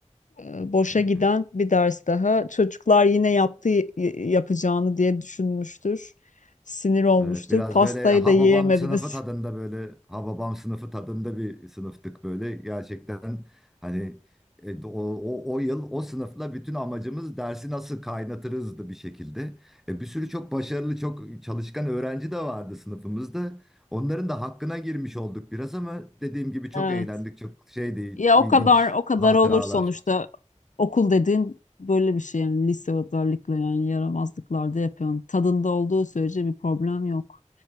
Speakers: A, on the left; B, in the centre.
A: Ee, Boşa
B: evet.
A: giden bir ders daha. Çocuklar yine yaptığı yapacağını diye düşünmüştür. Sinir olmuştur.
B: Evet, biraz
A: Pastayı
B: böyle Hababam
A: da yiyemediniz.
B: sınıfı tadında böyle Hababam sınıfı tadında bir sınıftık böyle. Gerçekten hani e, o, o, o yıl o sınıfla bütün amacımız dersi nasıl kaynatırızdı bir şekilde. E, bir sürü çok başarılı, çok çalışkan öğrenci de vardı sınıfımızda. Onların da hakkına girmiş olduk biraz ama dediğim gibi çok
A: Ha.
B: eğlendik. Çok şeydi,
A: Ya
B: ilginç
A: o kadar o kadar
B: hatıralar.
A: olur sonuçta. Okul dediğin böyle bir şey yani lise özellikle yani yaramazlıklarda yapıyorsun. Tadında olduğu sürece bir problem yok.